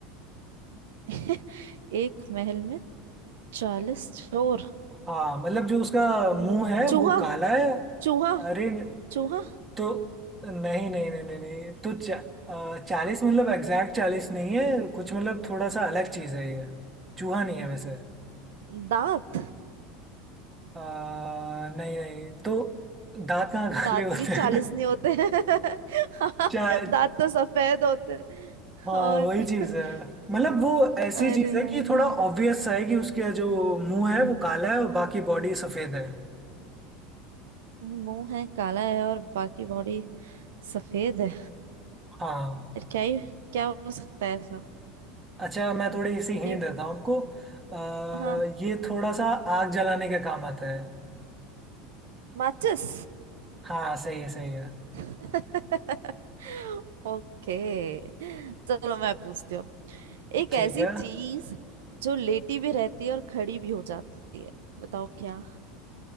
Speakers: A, on the right; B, on the right.
A: <laughs> एक महल में चालीस चोर
B: हाँ मतलब जो उसका
A: मुंह-
B: मुंह है
A: चूहा
B: वो काला है
A: चूहा
B: अरे
A: चूहा
B: तो नहीं नहीं नहीं नहीं नहीं तो चा, चालीस मतलब एग्जैक्ट चालीस नहीं है कुछ मतलब थोड़ा सा अलग चीज है ये चूहा नहीं है वैसे
A: दांत
B: आ, नहीं नहीं तो दांत कहाँ काले
A: दांत
B: होते
A: भी चालीस
B: हैं
A: नहीं होते हैं। <laughs>
B: <laughs> चा
A: दांत तो सफेद होते हैं।
B: हाँ
A: और
B: वही
A: <laughs>
B: चीज है मतलब वो ऐसी
A: अरे
B: चीज है
A: यार
B: कि थोड़ा ऑब्वियस है कि उसका जो मुंह है वो काला है और बाकी बॉडी सफेद है
A: मुंह है काला है और बाकी बॉडी सफेद है
B: हाँ
A: यार, क्या ही क्या हो सकता है ऐसा
B: अच्छा मैं थोड़ी सी हिंट
A: नहीं
B: देता हूँ आपको आ,
A: हाँ
B: ये थोड़ा सा आग जलाने के काम आता है
A: माचिस
B: हाँ सही है सही है
A: <laughs> ओके चलो मैं पूछती हूँ एक
B: ठीक
A: ऐसी
B: है
A: चीज जो लेटी भी रहती है और खड़ी भी हो जाती है बताओ क्या